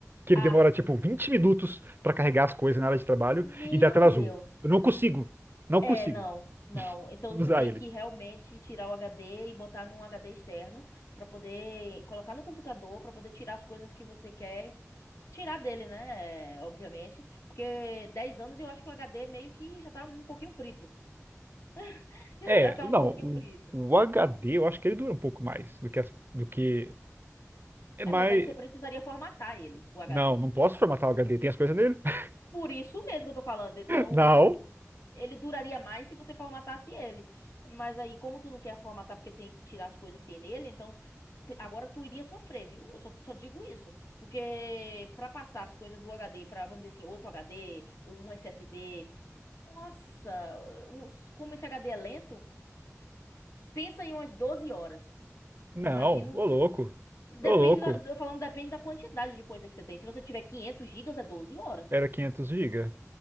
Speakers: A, on the right; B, on the left.
A: que ele
B: Ah,
A: demora tipo 20 minutos pra carregar as coisas na área de trabalho
B: meu
A: e dá tela azul.
B: Deus.
A: Eu não consigo, não
B: É,
A: consigo
B: não, não. Então
A: usar
B: tu tem
A: ele.
B: que realmente tirar o HD e botar num HD externo pra poder colocar no computador pra poder tirar as coisas que você quer tirar dele, né? É, obviamente, porque 10 anos eu acho que o HD meio que já tá um pouquinho frito. <laughs>
A: É,
B: Já tá
A: não,
B: um pouquinho
A: o,
B: frito.
A: o HD eu acho que ele dura um pouco mais do que as- do que é
B: É,
A: mais.
B: mas aí você precisaria formatar ele, o HD.
A: Não, não posso formatar o HD, tem as coisas nele? <laughs>
B: Por isso mesmo que eu tô falando. Então,
A: Não,
B: ele duraria mais se você formatasse ele. Mas aí, como tu não quer formatar porque tem que tirar as coisas que tem nele, então Te- Agora tu iria sofrer, viu? Eu só, só digo isso. Porque pra passar as coisas do H D pra, vamos dizer assim, outro HD, ou um S S D nossa, os- como esse H D é lento, pensa em umas 12 horas.
A: não,
B: Imagino.
A: ô louco.
B: Depende
A: Ô louco,
B: da, tô falando, depende da quantidade de coisa que você tem. Se você tiver 500 gigas, é 12 horas.
A: era quinhentos GB.